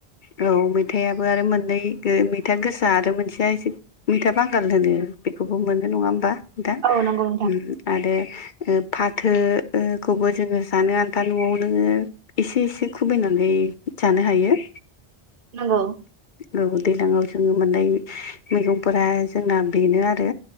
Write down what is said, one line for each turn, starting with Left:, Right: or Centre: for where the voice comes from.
Left: औ मैथायाबो आरो मोननै गो मैथा गोसा आरो मोनसिया एसे मैथा बांगाल होनो बेखौबो मोनो नङा होमबा दा
Right: औ नंगौ नोंथां
Left: उम आरो ओ फाथो ओ खौबो जोङो जानो आन्था न'आवनो एसे एसे खुबैनानै जानो हायो।
Right: नंगौ।
Left: औ दैलांङाव जोङो मोननाय मैगंफोरा जोंना बेनो आरो।